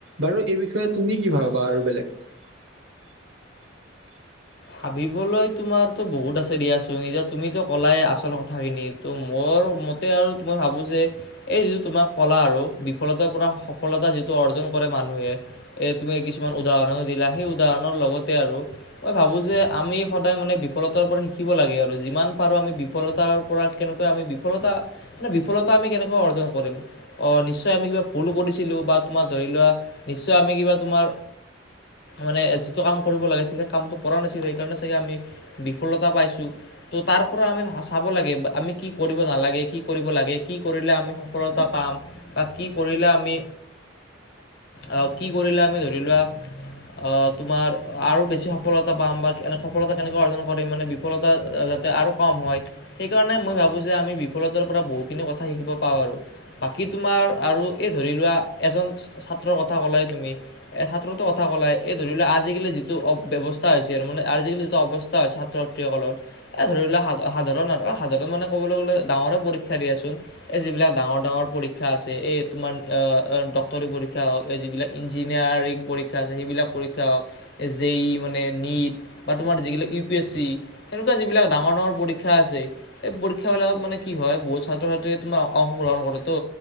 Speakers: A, on the right; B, on the left.
A: বাৰু এই বিষয়ে তুমি কি ভাবা আৰু বেলেগ? <unintelligible>
B: ভাবিবলৈ তোমাৰতো বহুত আছে দিয়াচোন এতিয়া তুমিতো ক'লাই আচল কথাখিনি তো মোৰ মতে আৰু ত মই ভাবো যে এই যিটো তোমাৰ কলা আৰু বিফলতাৰ পৰা সফলতা যিটো অৰ্জন কৰে মানুহে। এ তুমি কিছুমান উদাহৰণো দিলা। সেই উদাহৰণৰ লগতে আৰু মই ভাবো যে আমি সদায় মানে বিফলতাৰ পৰা শিকিব লাগে আৰু যিমান পাৰো আমি বিফলতাৰ পৰা কেনেকৈ আমি বিফলতা মানে বিফলতা আমি কেনেকৈ অৰ্জন কৰিম অ নিশ্চয় আমি কিবা ভুল কৰিছিলো বা তোমাৰ ধৰি লোৱা। নিশ্চয় আমি কিবা তোমাৰ, মানে যিটো কাম কৰিব লাগিছিলে সেই কামটো কৰা নাছিল সেইকাৰণে চাগে আমি বিফলতা পাইছোঁ ত' তাৰ পৰা আমি চাব লাগে আমি কি। কৰিব নালাগে কি কৰিব লাগে কি কৰিলে আমি সফলতা পাম বা কি কৰিলে আমি
A: <inaudible>
B: আহ কি কৰিলে আমি ধৰি লোৱা আহ তোমাৰ আৰু বেছি সফলতা পাম বা কেনে সফলতা কেনেকৈ অৰ্জন কৰিম মানে বিফলতা যাতে আৰু কম হয় সেইকাৰণে মই ভাবোঁ ভাবো যে আমি বিফলতাৰ পৰা বহুখিনি কথা শিকিব পাওঁ আৰু বাকী তোমাৰ আৰু এই ধৰি লোৱা এজন ছাত্ৰৰ কথা ক'লাই তুমি। ছাত্ৰটোৰ কথা ক'লাই, এই ধৰি লোৱা আজিকালি যিটো অ ব্যৱছ হৈছে আৰু মানে আজিকালি যিটো অৱস্থা হয় ছাত্ৰ ছাত্ৰীসকলৰ। এ ধৰি লোৱা সাধাৰণ সাধাৰণ মানে কবলৈ গলে ডাঙৰে পৰীক্ষা দিয়ান এই যিবিলাক ডাঙৰ ডাঙৰ পৰীক্ষা আছে এই তোমাৰ ডাক্তৰী পৰীক্ষা হওক যিবিলাক ইঞ্জিনিয়াৰিং পৰীক্ষা আছে সেইবিলাক পৰীক্ষা হওক এ যে ই মানে নিট বা তোমাৰ যিগিলাক ইউ পি এছ চি হেনেকুৱা যিবিলাক ডাঙৰ ডাঙৰ পৰীক্ষা আছে। পৰীক্ষা বিলাকত মানে কি হয় বহুত ছাত্ৰ ছাত্ৰীয়ে তোমাৰ অংশগ্ৰহণ কৰেটো